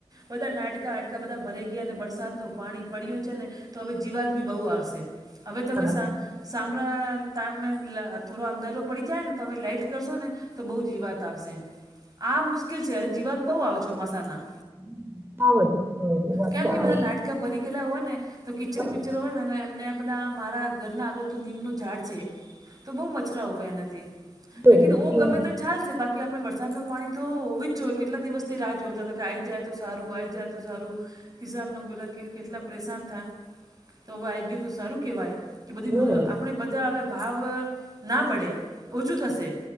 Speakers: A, on the right; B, on the right.
A: બધા નાડકા હડકા બધા ભરાઈ ગયા અને વરસાદનું પાણી પડયું છે ને તો હવે જીવાત બી બહુ આવશે. હવે તમે
B: બરાબર
A: સા સામ પ્ર... તામે.. થોડો અંધારો પડી જાય ને તમે લાઈટ કરશો ને તો બહુ જીવાત આવશે. આ મુશ્કેલ છે જીવાત બહુ આવે ચોમાસાના
B: <unintelligible> વાત
A: કેમ
B: તો
A: કે
B: આવે
A: બધા નાડકા ભરી ગયેલા હોય ને તો કિચર
B: છે
A: પીચર હોય ને એને પેલા મારા ઘરના આગળ તો નીમનું ઝાડ છે. તો બહુ મચ્છરા હોવે, એનાથી
B: હમ
A: લેકિન ઓ ગમે તો. ચાલ છે, બાકી આપણે વરસાદ ન પાણી તો હોવી જ જોઈએ, કેટલા દિવસથી રાહ જોતા હતા કે, આઈ જાય તો સારું આ જાય. તો સારું ખિનો બેટા કે, કેટલા પરેશાન થ તો હવે આવી ગયો તો સારું કહેવાય કે, બધી
B: હમ
A: આપણે બધા હવે ભાવ ના બડે. ઓછું થશે,